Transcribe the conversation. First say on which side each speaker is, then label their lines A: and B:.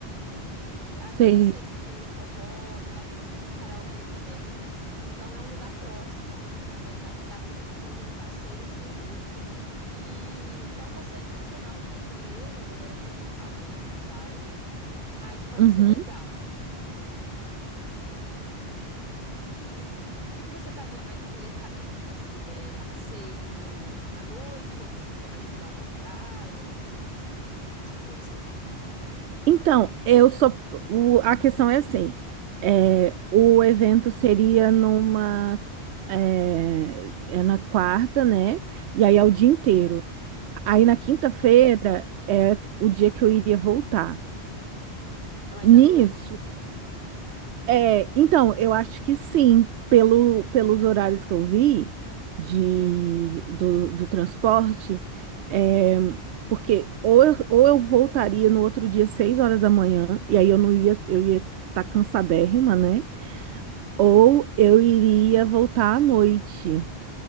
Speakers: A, on the right (about 45°); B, on the right (about 80°).
A: E ah,
B: Sei.
A: toda sexta tem um forró e lá tem muito karaokê também. Então é um lugar próximo onde você vai estar que dá para você fazer um passeiozinho e que é um passeio tradicional no Rio de Janeiro, a galera mais local mesmo que vai, mas pode
B: Uhum.
A: ser legal. O que, que- o que que você estaria mais interessada? Assim, é passeio à noite ou você quer mais pegar uma praia? Como é que, que você está pensando?
B: Então, eu sou. o- a questão é assim: é, o
A: Uhum,
B: evento seria numa. É, é na quarta, né? E aí
A: uhum,
B: é o dia inteiro. Aí
A: sim.
B: na quinta-feira é o dia que eu iria voltar.
A: Mas
B: Nisso,
A: à noite? Uhum,
B: é, então, eu acho que sim, pelo, pelos horários que eu vi de, do, do transporte, é, porque ou eu, ou eu voltaria no outro dia seis horas da manhã, e aí eu não ia, eu ia estar cansadérrima, né? Ou eu iria voltar à noite.